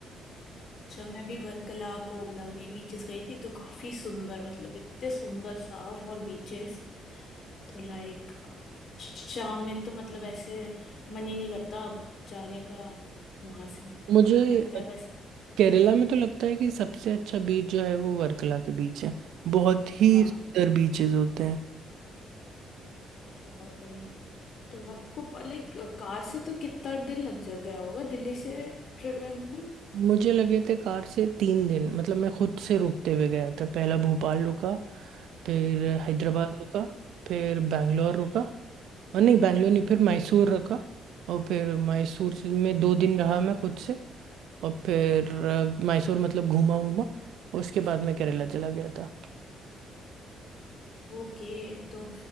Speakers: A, on the left; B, on the right.
A: अच्छा मैं भी वर्कला कोवलम ये बीचेस गई थी तो काफी सुंदर मतलब इतने सुंदर साफ और बीचेस तो लाइक शाम में तो मतलब ऐसे मन ही नहीं करता अब जाने का वहां से
B: मुझे
A: लगता है बस
B: केरला में तो लगता है कि सबसे अच्छा बीच जो है वो वर्कला के बीच है बहुत ही
A: हाँ
B: सुंदर बीचेस होते हैं
A: बहुत बढ़िया है तो आपको लाइक कार से तो कितना दिन लग जा गया होगा दिल्ली से त्रिवेंद्र
B: मुझे लगे थे कार से तीन दिन मतलब मैं खुद से रुकते हुए गया था पहला भोपाल रुका फिर हैदराबाद रुका फिर बैंगलोर रुका और नहीं बैंगलोर नहीं फिर मैसूर रुका और फिर मैसूर से- में दो दिन रहा मैं खुद से और फिर अ, मैसूर मतलब घूमा घूमा उसके बाद मैं केरला चला गया था
A: ओके तो